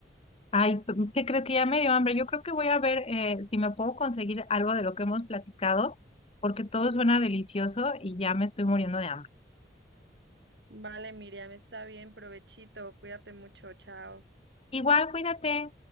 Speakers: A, on the left; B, on the right.
A: Ay, p- ¿qué crees que ya me dio hambre? Yo creo que voy a ver eh, si me puedo conseguir algo de lo que hemos platicado, porque todo suena delicioso y ya me estoy muriendo de hambre.
B: Vale, Miriam, está bien, provechito, cuídate mucho, chao.
A: Igual, cuídate.